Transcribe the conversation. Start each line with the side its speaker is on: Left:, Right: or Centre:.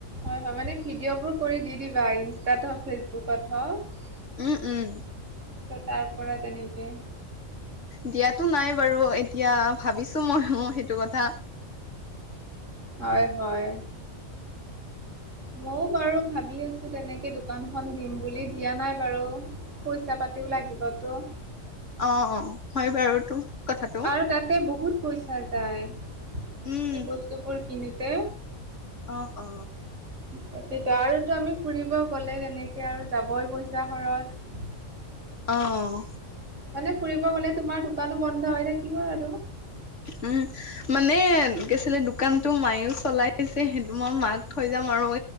Right: হয়, হয়, মানে ভিডিঅ'বোৰ কৰি দি দিবা ইনষ্টাত ফেচবুকত হওঁক,
Left: উম, উম।
Right: ত' তাৰপৰা তেনেকে,
Left: দিয়াতো নাই বাৰু এতিয়া ভাবিছো ম-ময়ো সেইটো কথা।
Right: হয়, হয়। ময়ো বাৰু ভাবি আছোঁ তেনেকে দোকানখন দিম বুলি, দিয়া নাই বাৰু। পইচা পাতিও লাগিবতো।
Left: অ, অ, হয় বাৰু তো কথাটো।
Right: আৰু তাতে বহুত পইচা যায়,
Left: উম
Right: সেই বস্তুবোৰ কিনোতে,
Left: অ, অ।
Right: তাকেইেতো, আৰুটো আমি ফুৰিব গ'লে তেনেকে আৰু যাবই পইচা খৰচ।
Left: অ।
Right: মানে ফুৰিব গলে তোমাৰ দোকানো বন্ধ হৈ থাকিব আৰু।
Left: উম মানে <unintelligible> দোকানতো মায়েও চলাইছে সেইটো মই মাক থৈ যাম আৰু